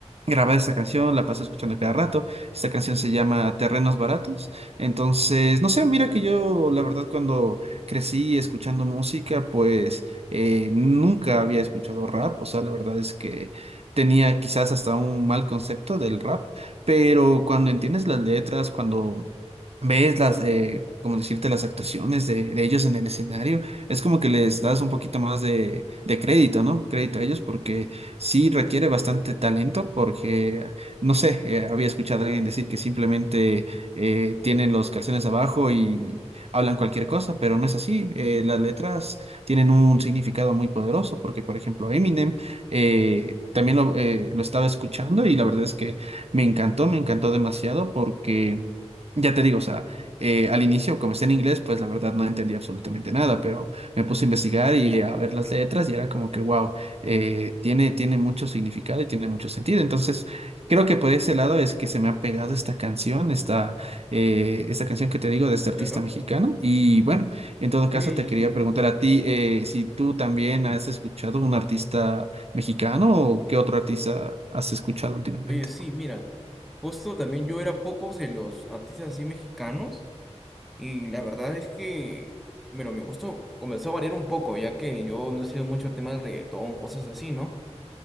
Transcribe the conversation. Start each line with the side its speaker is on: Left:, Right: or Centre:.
Right: grabada esta canción, la paso escuchando cada rato. Esta canción se llama Terrenos Baratos. Entonces, no sé, mira que yo, la verdad, cuando crecí escuchando música, pues eh, nunca había escuchado rap. O sea, la verdad es que tenía quizás hasta un mal concepto del rap, pero cuando entiendes las letras, cuando ves las, eh, como decirte, las actuaciones de, de ellos en el escenario, es como que les das un poquito más de, de crédito, ¿no? Crédito a ellos porque sí requiere bastante talento, porque, no sé, eh, había escuchado a alguien decir que simplemente eh, tienen los calzones abajo y hablan cualquier cosa, pero no es así. Eh, las letras tienen un significado muy poderoso porque, por ejemplo, Eminem eh, también lo, eh, lo estaba escuchando y la verdad es que me encantó, me encantó demasiado porque, ya te digo, o sea, eh, al inicio comencé en inglés, pues la verdad no entendí absolutamente nada, pero me puse a investigar y a ver las letras y era como que, wow, eh, tiene, tiene mucho significado y tiene mucho sentido. Entonces, creo que por ese lado es que se me ha pegado esta canción, esta eh, esta canción que te digo de este
Centre: Claro.
Right: artista mexicano. Y bueno, en todo caso
Centre: Oye, y...
Right: te quería preguntar a ti eh, si tú también has escuchado un artista mexicano o qué otro artista has escuchado últimamente.
Centre: Oye, sí, mira. Justo también yo era pocos de los artistas así mexicanos Y la verdad es que, bueno, mi gusto comenzó a variar un poco, ya que yo no he sido mucho tema del reggaetón, cosas así, ¿no?